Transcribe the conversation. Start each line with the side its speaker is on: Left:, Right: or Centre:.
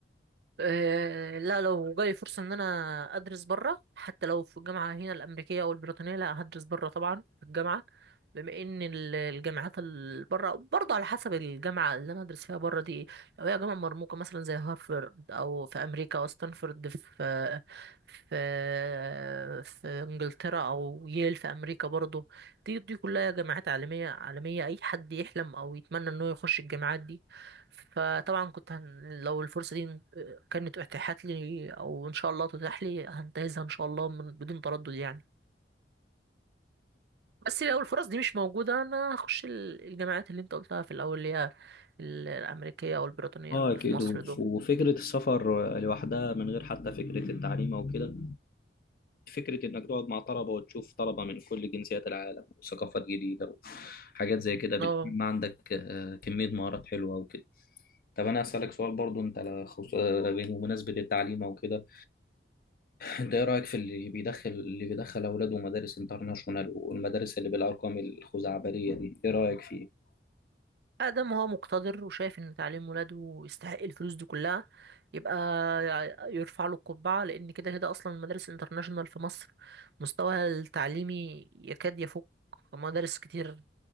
Right: آه، لا لو جالي فرصة إن أنا أدرس برا حتى لو في الجامعة هنا الأمريكية أو البريطانية لا هدرس برا طبعا في الجامعة بما إن ال- الجامعات اللي برا برضه على حسب الجامعة اللي أنا أدرس فيها برا دي إيه. لو هي جامعة مرموقة مثلا زي هارفرد أو في أمريكا أو ستانفورد في في في إنجلترا أو ييل في أمريكا برضه دي دي كلها جامعات عالمية عالمية أي حد يحلم أو يتمنى إنه يخش الجامعات دي فطبعا كنت هن... لو الفرصة دي كانت اتاحت لي او ان شاء الله تتاح لي هنتهزها ان شاء الله من بدون تردد يعني بس لو الفرص دي مش موجوده انا هخش ال- الجامعات اللي انت قلتها في الاول اللي هي ال- الامريكيه او البريطانيه
Left: اه
Right: اللي
Left: اكيد
Right: في مصر
Left: وف-
Right: دول
Left: وفكره السفر لوحدها من غير حتى فكره التعليم او كده فكرة إنك تقعد مع طلبة وتشوف طلبة من كل جنسيات العالم وثقافات جديدة وحاجات زي كده بتنمي
Right: اه
Left: عندك آه، كمية مهارات حلوة وكده طب أنا هسألك سؤال برضو أنت على خصوص- آه، بمناسبة التعليم أو كده أنت إيه رأيك في اللي بيدخل اللي بيدخل أولاده مدارس انترناشونال والمدارس اللي بالأرقام الخزعبلية دي إيه رأيك فيه؟
Right: ادم هو مقتدر وشايف ان تعليم ولاده يستحق الفلوس دي كلها يبقى ي- يرفع له القبعه لان كده كده اصلا المدارس الانترناشونال في مصر مستواها التعليمي يكاد يفوق مدارس كتير